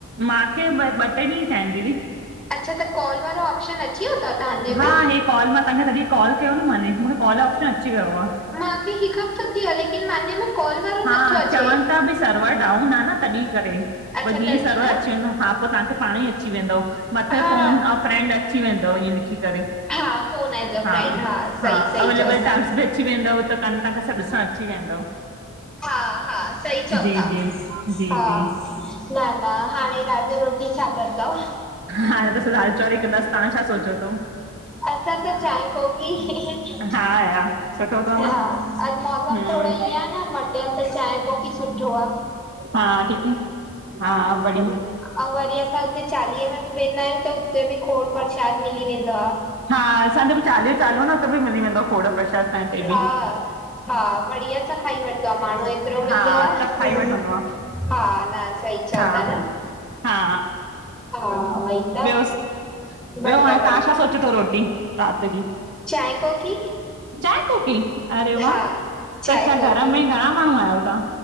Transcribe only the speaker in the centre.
अच्छा त कॉल वारो ऑप्शन अची वियो तव तव्हांजे
में?
माखे हिकु हफ़्तो थी वियो आ, लेकिन मांजे में कॉल वारो
नथो अचे
अच्छा
तॾहिं
न
हा
हा फोन एज अ
फ्रेंड सही
सही
चओ था
हा, हा, सही चओ
था।
हा
न, न हाणे रात जो रोटी छा कंदव?
असां त चांय कोकी ही ही ही।
हा, अॼु मौसम
थोड़ो इएं आ न मटियल त चांहि कॉफ़ी सुठो आ।
ऐं वरी असां हूते चालिये में बि वेंदा आहियूं त हूते बि खोड़ प्रसाद मिली वेदो आ।
हा, हा, बढ़िया सां खाई वठ माण्हू हेतिरो मिलंदो
आ,
हा,
न, सही चओ
था न।
हा, वही त!
बढ़िया
बढ़िया
चांहि कोकी
हा चांहि
कोकी